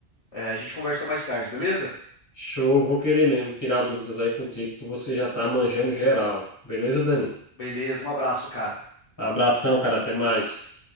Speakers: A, on the left (about 35°); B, on the left (about 15°).
A: É, a gente conversa mais tarde, beleza?
B: Show, vou querer mesmo tirar dúvidas aí contigo, que você já tá manjando geral. Beleza, Dani?
A: Beleza, um abraço, cara.
B: Abração, cara, até mais.